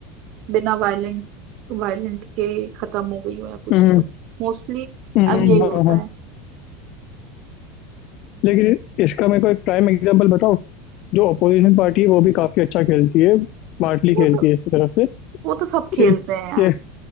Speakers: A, on the right; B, on the left.
A: बिना वायलेंट वायलेंट के खत्म हो गई हो या कुछ
B: हम्म,
A: मोस्टली
B: हम्म,
A: अब यही
B: हाँ
A: होता
B: हाँ
A: है
B: लेकिन इसका मेरे को एक प्राइम एग्जांपल बताओ जो अपोजिशन पार्टी है वो भी काफी अच्छा खेलती है स्मार्टली
A: वो
B: खेलती
A: तो
B: है इस तरफ से
A: वो तो सब
B: कि
A: खेलते
B: कि-
A: हैं यार